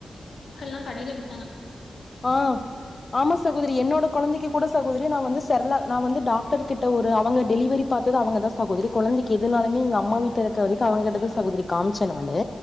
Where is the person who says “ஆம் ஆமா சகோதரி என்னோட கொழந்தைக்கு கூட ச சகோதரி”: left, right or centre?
Left